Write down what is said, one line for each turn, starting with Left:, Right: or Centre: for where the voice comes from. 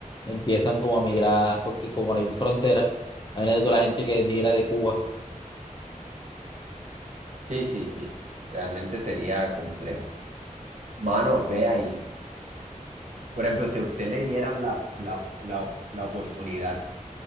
Left: empiezan como a migrar, porque como no hay frontera, imagínate toda la gente que migra de Cuba.
Right: Sí, sí, sí, realmente sería complejo. Mano, ve ahí. Por ejemplo, si a usted le dieran la, la, la, la oportunidad,